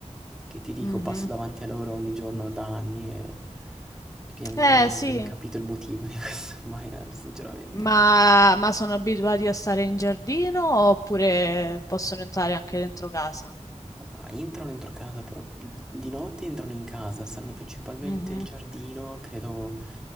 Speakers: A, in the centre; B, on the left.
A: che ti dico,
B: Mhm.
A: passo davanti a loro ogni giorno da anni e che ancora
B: Eh
A: non
B: sì.
A: ho ben capito il motivo di questo <laughs> abbaiare, sinceramente.
B: Ma, ma sono abituati a stare in giardino oppure possono entrare anche dentro casa?
A: Ma entrano dentro casa, però di notte entrano in casa, stanno principalmente
B: Mhm.
A: in giardino, credo